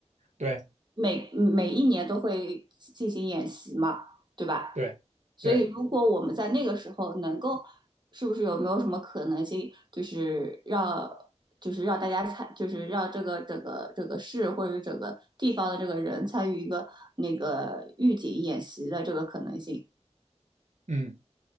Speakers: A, on the right (about 85°); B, on the right (about 40°).
A: 对
B: 每每一年都会进行演习嘛，对吧？
A: 对对，
B: 所以如果我们在那个时候能够，是不是有没有什么可能性，就是让就是让大家参，就是让这个整个整个市或者是整个地方的这个人参与一个那个预警演习的这个可能性？
A: 嗯